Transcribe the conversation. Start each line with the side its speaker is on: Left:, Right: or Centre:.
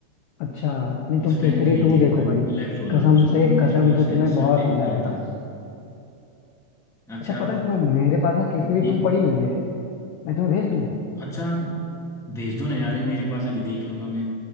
Left: अच्छा नहीं तुम
Centre: उस
Left: केसरी
Centre: टाइम पे नहीं
Left: टू
Centre: देख
Left: देखो
Centre: पाया
Left: भाई
Centre: वो लैप्स हो रहा
Left: कसम
Centre: था उसका
Left: से
Centre: तो मेरे
Left: कसम
Centre: पास
Left: से तुम्हें बहुत
Centre: संडे
Left: मजा
Centre: को नहीं
Left: आएगा
Centre: था अच्छा
Left: अच्छा
Centre: यार
Left: पता है तुम्हें मेरे पास ना केसरी
Centre: देख
Left: टू पड़ी हुई है मैं तुम्हें भेज दूँ
Centre: अच्छा भेज दो ना यार ये मेरे पास अभी देख लूंगा मैं